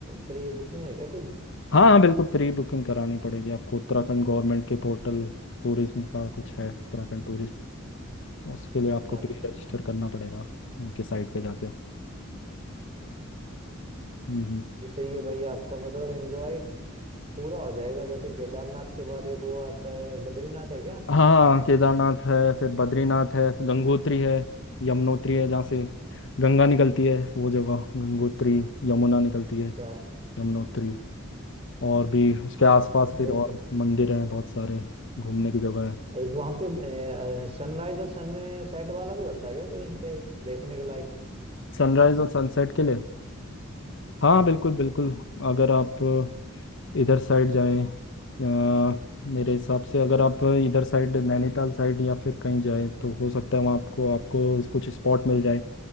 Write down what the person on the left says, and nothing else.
हाँ हाँ बिल्कुल प्री बुकिंग करानी पड़ेगी आपको उत्तराखंड गवर्नमेंट के पोर्टल टूरिज्म का कुछ है उत्तराखंड टूरिस्ट उसके लिए
आपको प्री रजिस्टर करना पड़ेगा उनके साइट पे जाके हम्म हम्म।
हाँ केदारनाथ है फिर बद्रीनाथ है फिर गंगोत्री है यमुनोत्री है जहाँ से गंगा निकलती है वो जगह गंगोत्री यमुना निकलती है
यमुनोत्री और भी उसके आसपास
फिर और मंदिर हैं बहुत सारे घूमने की जगह है
सनराइज और सनसेट के लिए हाँ
बिल्कुल बिल्कुल अगर आप इधर साइड जाएं या मेरे हिसाब से अगर आप इधर साइड नैनीताल साइड या फिर कहीं जाएं तो हो सकता है वहाँ आपको आपको कुछ स्पॉट मिल जाए